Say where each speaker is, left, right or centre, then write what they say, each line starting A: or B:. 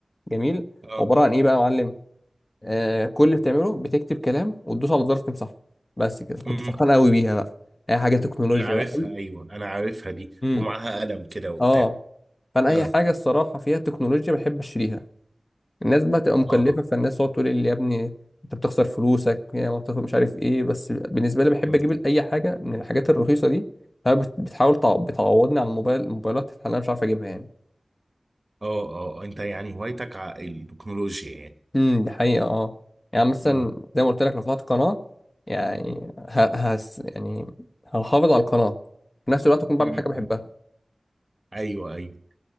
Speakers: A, on the left; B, on the right.
A: جميل
B: اه
A: عباره عن ايه بقى يا معلم آه كل اللي بتعمله بتكتب كلام وتدوس على زرار تمسحه بس كده كنت
B: امم
A: فرحان قوي بيها بقى اي حاجه تكنولوجيا
B: انا عارفها
A: بقى اي
B: ايوه انا عارفها دي
A: امم
B: ومعاها قلم كده وبتاع
A: اه فانا اي
B: اه
A: حاجه الصراحه فيها تكنولوجيا بحب اشتريها الناس بقى تبقى مكلفة
B: اه
A: فالناس تقعد تقول لي يا ابني انت بتخسر فلوسك يا ما بتخسر مش عارف ايه بس بالنسبة لي بحب
B: مم.
A: اجيب اي حاجة من الحاجات
B: مم.
A: الرخيصة دي فهي بت- بتحاول تع- بتعوضني عن الموبايل الموبايلات اللي انا مش عارف اجيبها يعني
B: اه اه اه، انت يعني هوايتك ع- التكنولوجيا يعني
A: امم دي حقيقة اه يعني مثلا
B: مم.
A: زي ما قلت لك لو فتحت قناة يعني ه... هس... يعني هحافظ على القناة في نفس الوقت اكون بعمل
B: مم.
A: حاجة بحبها
B: مم. ايوه ايوه